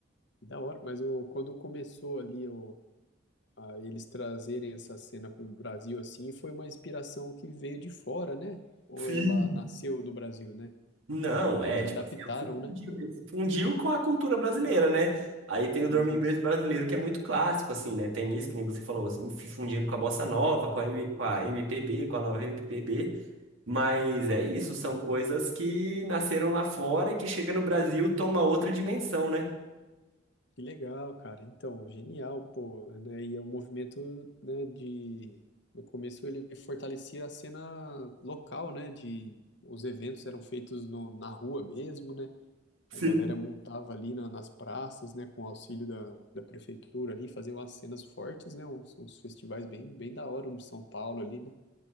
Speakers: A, on the left (about 60°); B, on the right (about 85°).
A: da hora. Mas o, quando começou ali o, a eles trazerem essa cena pro Brasil, assim, foi uma inspiração que veio de fora, né? Ou
B: Sim.
A: ela nasceu no Brasil, né?
B: Não, é,
A: Eles
B: tipo
A: adaptaram,
B: assim, ele se fundiu,
A: né?
B: ele se fundiu com a cultura brasileira, né? Aí tem o Drum
A: Isso.
B: and Bass brasileiro, que é muito clássico, assim, né? Tem isso que nem você falou, assim, se fundindo com a bossa nova, com a, M- com a MPB, com a nova MPB. Mas é isso, são coisas que nasceram lá fora e que chega no Brasil, toma outra dimensão, né?
A: Que legal, cara. Então, genial, pô, né? E é um movimento, né, de... No começo ele fortalecia a cena local, né, de... Os eventos eram feitos no- na rua mesmo, né?
B: sim
A: A galera montava ali na- nas praças, né, com o auxílio da, da prefeitura ali, fazia umas cenas fortes, né? Uns, uns festivais bem, bem da hora no São Paulo ali, né?